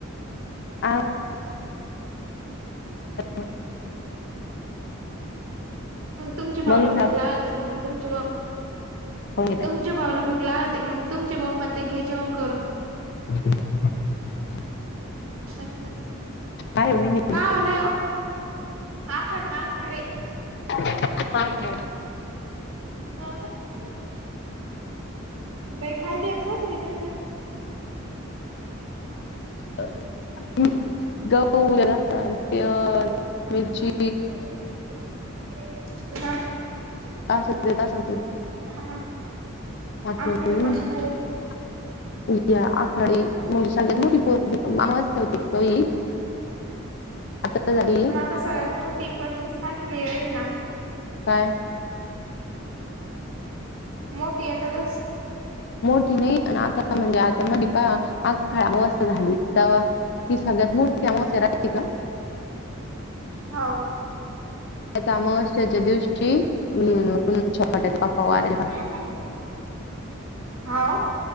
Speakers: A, on the left; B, on the right.
A: अग <unintelligible>
B: ह तुमच्या भावला
A: मग साहेब
B: भुक लागती आहे तथं मग तुमची भाऊ
A: खाऊन घेते
B: तुमच्या भाऊला भुक लागती मग तुमचे भाऊ म्हणता घे जेवण करून
A: ह <unintelligible>
B: <unintelligible>
A: काय होईल
B: का होलाय आखड मागणार आहे
A: <unintelligible>
B: हं <unintelligible> बाई काय देत रहाती त्यानला
A: <unintelligible> गहू जरासा <unintelligible> मिरची
B: ह <unintelligible> <unintelligible>
A: असं देत असन ते आपल्या <unintelligible> आता झाली.
B: ता सगळत मोठी पंचवीस तारखेला राहीना.
A: काय?
B: मोठी आहे एकादस
A: मोठी नाही आता म्हणजे आता मपा आ खस्त झाली. ते ही सगळ्यात मोठी अमास्या राते का?
B: हो.
A: कामाश्याच्या दिवशी छपाटा बाप्पा वारेला
B: <unintelligible> हा.